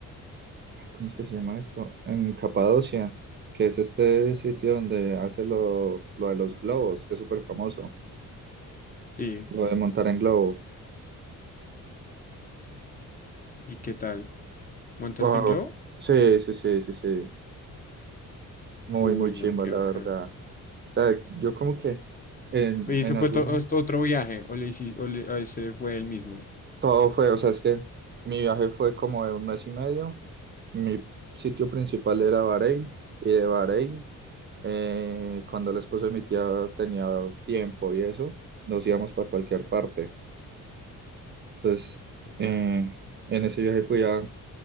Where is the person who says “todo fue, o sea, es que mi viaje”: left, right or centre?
Right